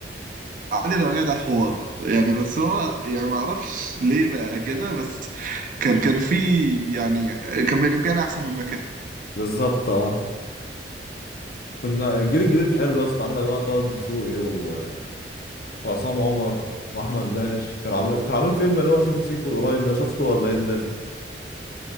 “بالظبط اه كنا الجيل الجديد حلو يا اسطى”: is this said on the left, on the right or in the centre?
Left